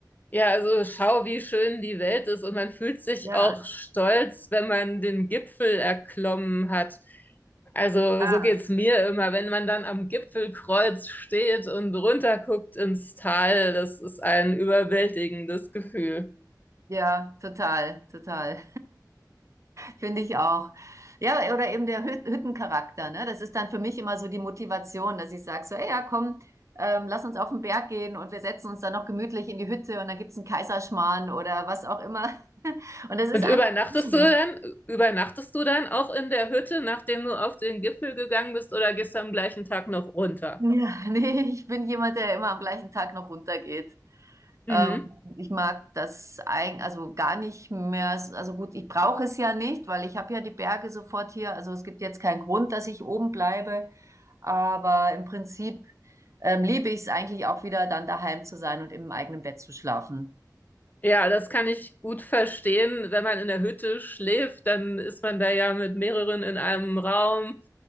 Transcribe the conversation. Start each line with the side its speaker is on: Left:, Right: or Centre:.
Left: ja, also schau, wie schön die Welt ist und man fühlt sich
Right: Ja,
Left: auch stolz, wenn man den Gipfel erklommen hat. Also
Right: ja,
Left: so geht's mir immer, wenn man dann am Gipfelkreuz steht und runterguckt ins Tal, das ist ein überwältigendes Gefühl.
Right: ja, total, total. Finde ich auch. Ja, oder eben der Hüt- Hüttencharakter, ne? Das ist dann für mich immer so die Motivation, dass ich sage so, ey, ja, komm, ähm, lass uns auf den Berg gehen und wir setzen uns dann noch gemütlich in die Hütte und dann gibt's einen Kaiserschmarrn oder was auch immer. <laughs> Und das ist
Left: Und
Right: einfach
Left: übernachtest
Right: schön.
Left: du dann, übernachtest du dann auch in der Hütte, nachdem du auf den Gipfel gegangen bist, oder gehst du am gleichen Tag noch runter?
Right: Ja, <laughs> nee, ich bin jemand, der immer am gleichen Tag noch runtergeht.
Left: Mhm.
Right: Ähm, ich mag das eigentlich, also gar nicht mehr. Also gut, ich brauche es ja nicht, weil ich habe ja die Berge sofort hier. Also es gibt jetzt keinen Grund, dass ich oben bleibe. Aber im Prinzip ähm, liebe ich es eigentlich auch wieder, dann daheim zu sein und im eigenen Bett zu schlafen.
Left: Ja, das kann ich gut verstehen. Wenn man in der Hütte schläft, dann ist man da ja mit mehreren in einem Raum,